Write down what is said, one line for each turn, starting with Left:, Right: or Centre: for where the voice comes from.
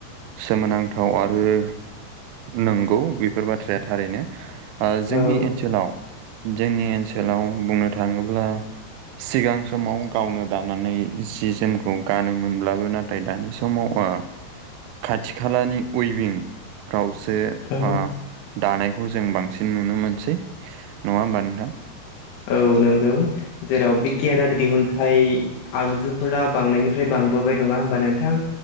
Right: सोमोनांथाव आरो नंगौ बेफोर बाथ्राया थारैनो
Left: औ
Right: जोंनि ओनसोलाव जोंनि ओनसोलाव बुंनो थाङोब्ला सिगां समाव गावनो दानानै जि जोमखौ गानोमोनब्लाबो ना नाथाय दानि समाव आ खाथि खालानि उइभिं रावसे
Left: औ
Right: मा दानायखौ जों बांसिन नुनो मोनसै नङा होमबा नोंथां
Left: औ नंगौ जेराव बिगियान आरि दिहुन माय आगजुफोरा बांनायनिफ्राय बांबोबाय नङा होमबा नोंथां